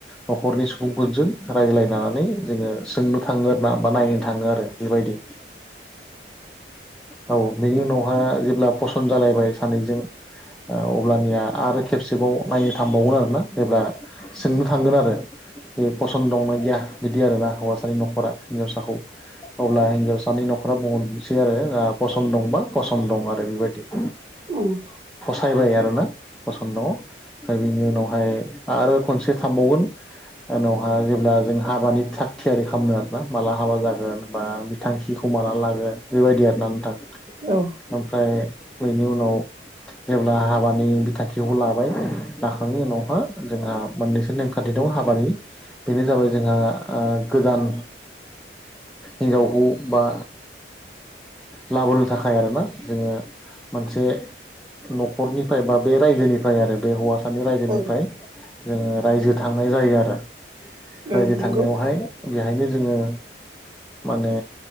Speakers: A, in the centre; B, on the right.
A: न'खरनि सुबुंफोरजों रायलायनानै जोङो सोंनो थाङो आरो ना बा नायनो थाङो आरो बेबायदि औ बेनि उनावहा जेब्ला पसन्द जालायबाय सानैजों अब्लानिया आरो खेबसेबाव नायनो थांबावगोन आरोना जेब्ला सोंनो थांगोन आरो बे पसन्द दंना गैया बिदि आरोना हौवासानि न'खरा हिन्जावसाखौ अब्ला हिनजावसानि न'खरा बुंहरनोसै आरो पसन्द दंबा पसन्द दं आरो बेबायदि
B: <unintelligible> ओम
A: फसायबाय आरो ना पसन दङ ओमफ्राय बेनि उनावहाय आरो खनसे थांबावगोन उनावहा जेब्ला जों हाबानि थाग थियारि खालामनो आरो माला हाबा जागोन बा बि थांखिखौ माला लागोन बेबायदि आरो ना नोंथां
B: औ
A: ओमफ्राय बेनि उनाव जेब्ला हाबानि बि थांखिखौ लाबाय लाखांनायनि उनावहा जोंहा मोननैसो नेमखान्थि दं हाबानि बेनो जाबाय जोंहा गोदान हिनजावखौ बा लाबोनो थाखाय आरोना जोङो मोनसे न'खरनिफ्राय बा बे रायजोनिफ्राय आरो बे हौवासानि रायजोनिफ्राय
B: औ
A: जोङो रायजो थांनाय जायो आरो
B: औ
A: रायजो
B: नंगौ
A: थांनायावहाय बेहायनो जोङो माने